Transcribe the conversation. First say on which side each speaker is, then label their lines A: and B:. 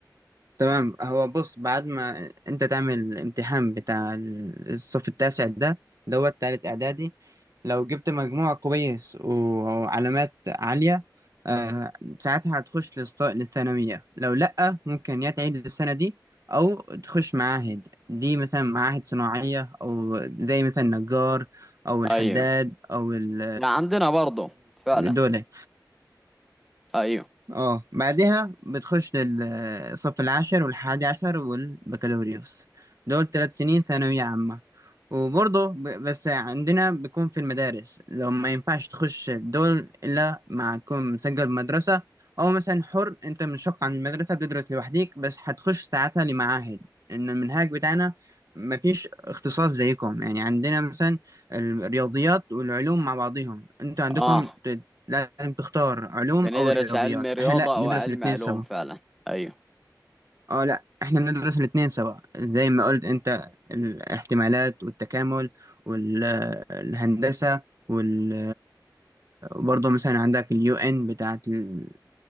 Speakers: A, on the right; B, in the centre.
A: تمام هو بص بعد ما انت تعمل الامتحان بتاع ال- الصف التاسع ده دوت تالت اعدادي لو جبت مجموع كويس و- وعلامات عالية آه ساعتها هتخش للص- للثانوية لو لأ ممكن يا تعيد السنة دي أو تخش معاهد دي مثلا معاهد صناعية أو زي مثلا نجار أو الحداد
B: ايوه
A: أو ال-
B: لا عندنا برضو فعلا
A: دول
B: ايوه
A: اه بعدها بتخش للصف العاشر والحادي عشر والبكالوريوس دول ثلاث سنين ثانوية عامة وبرضه ب- بس عندنا بيكون في المدارس لو ما ينفعش تخش دول إلا ما تكون مسجل بمدرسة أو مثلا حر أنت منشق عن المدرسة بتدرس لوحديك بس هتخش ساعتها لمعاهد إن المنهج بتاعنا مفيش اختصاص زيكم يعني عندنا مثلا الرياضيات والعلوم مع بعضهم انتوا عندكم
B: اه
A: لازم تختار علوم
B: بندرس
A: او رياضيات
B: علم رياضة
A: احنا لا بندرس
B: او علم
A: الاثنين
B: علوم
A: سوا
B: فعلا ايوه
A: اه لا احنا بندرس الاثنين سوا زي ما قلت انت الاحتمالات والتكامل والهندسة وال برضه مثلا عندك اليو ان بتاعت ال...